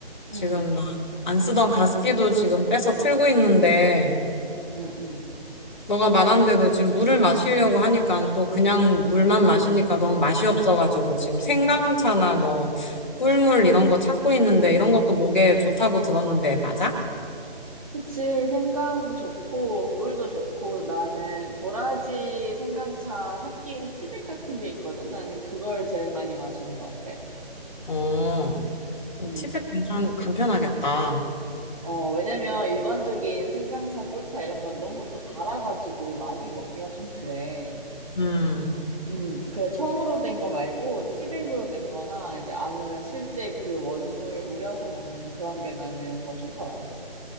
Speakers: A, on the right; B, on the left.
A: 응,
B: 지금 나 안 쓰던 가습기도 지금 빼서 틀고 있는데
A: 응, 응.
B: 너가 말한 대로 지금 물을 마시려고 하니까 또 그냥 물만 마시니까 너무 맛이 없어가지고 지금 생강차나 뭐 꿀물 이런 거 찾고 있는데 이런 것도 목에 좋다고 들었는데 맞아?
A: 그치. 생강도 좋고, 꿀도 좋고, 나는 도라지 생강차 섞인 티백 같은 게 있거든? 나는 그걸 제일 많이 마시는 것 같아.
B: 어, 뭐
A: 음.
B: 티백 괜찮, 간편하겠다.
A: 어, 왜냐면 일반적인 생강차, 꿀차 이런 건 너무 또 달아가지고 많이 먹기가 좀 그래.
B: 음,
A: 음, 그래. 청으로 된 거 말고 티백으로 된 거나 이제 아니면 실제 그 원물 우려서 먹는 그런 게 나는 더 좋더라고.